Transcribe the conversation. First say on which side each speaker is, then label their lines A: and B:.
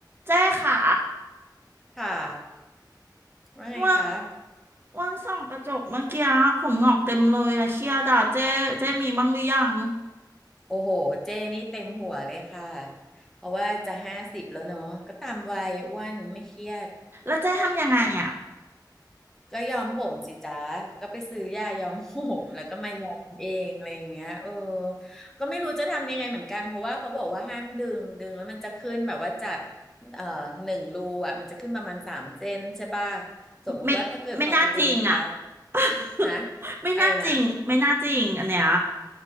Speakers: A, on the right; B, in the centre.
A: เจ๊ขา
B: ค่ะว่าไงคะ
A: อ้วันอ้วันส่องกระจกเมื่อกี้ผมงอกเต็มเลยอะเครียดอะเจ๊เจ๊มีบ้างหรือยัง
B: โอ้โห เจ้นี่เต็มหัวเลยค่ะ เพราะว่าจะห้าสิบแล้วเนาะ ก็ตามวัยอ้วนไม่เครียด
A: แล้วเจ๊ทำยังไงอะ
B: ก็ยอมผมสิจ๊ะก็ไปซื้อยายอมผม แล้วก็มายอมเองอะไรอย่างเงี้ยเออก็ไม่รู้จะทำยังไงเหมือนกัน เพราะว่าเขาบอกว่าห้ามดึงดึงแล้วมันจะขึ้นแบบว่าจากเอ่อหนึ่งรูอ่ะมันจะขึ้นประมาณสามเซนใช่ป่ะสมมุติว่าถ้าเกิดพอเราดึงปั๊บ
A: ไม่ไม่น่าจริงอะ <laughs>
B: ฮะ
A: ไม่น่าจริงไม่น่าจริงอันเนี้ย
B: อะไรนะ